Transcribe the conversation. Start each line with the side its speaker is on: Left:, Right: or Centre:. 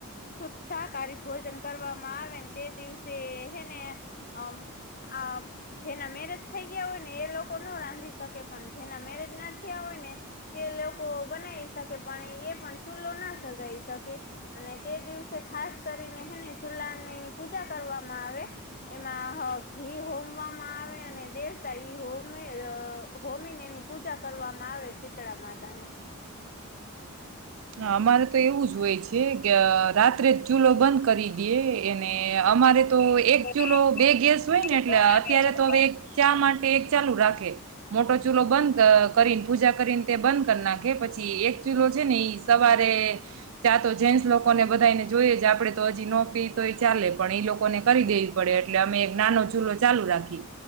Left: સુસાાકારહારી ભોજન કરવામાં આવેને તે દિવસે હને આ જેના મેરેજ થઈ ગયા હોય, ને એ લોકો ના રાંધી શકે પણ જેના મેરેજ ના થયા હોય ને તે લોકો બનાવી શકે પણ એ પણ ચૂલ્લો ના સગાઈ શકે અને તે દિવસે ખાસ કરીનેને છુલાનીની પૂજા કરવામાં આવે, એમાં હ ઘી હોમવામાં આવે અને દેવતા ઈ હોમે હોમીને એની પૂજા કરવામાં આવે શીતળા માતાની
Right: હ અમારે તો એવું જ હોય છે, કે રાત્રે જ ચૂલો બંધ કરી દેએ એને અમારે તો એક ચૂલો
Left: કિલો
Right: બે ગેસ
Left: એક
Right: હોય,
Left: કિલો
Right: ને એટલે
Left: છે
Right: અત્યારે
Left: એટલે
Right: તો
Left: હજાર
Right: હવે એક ચા માટે એક ચાલુ રાખે મોટો ચૂલો બંધ કરીને પૂજા કરીને તે બંધ કરી નાખે પછી એક ચૂલો છે ને સવારે ચાતો જેન્ટસ લોકોને બધાને જોઈએ, જ આપડે તો હજી નોપી તો એ ચાલે પણ એઈ લોકોને કરી દેવી પડે એટલે અમે એક નાનો ચૂલો ચાલુ રાખી,